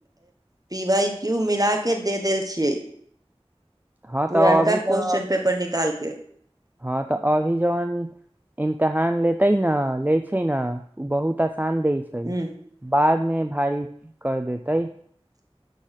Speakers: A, on the right (about 35°); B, on the right (about 15°).
A: पी वाय क्यू मिला कऽ दे देल छिये
B: हँ
A: पुरनका
B: तऽ अभी तऽ
A: क्वेश्चन पेपर निकाल के
B: हँ तऽ अभी जवन इमतहान लेते ने लेय छै नऽ बहुत आसान दय छै
A: ह
B: बाद मे भारी कर देतै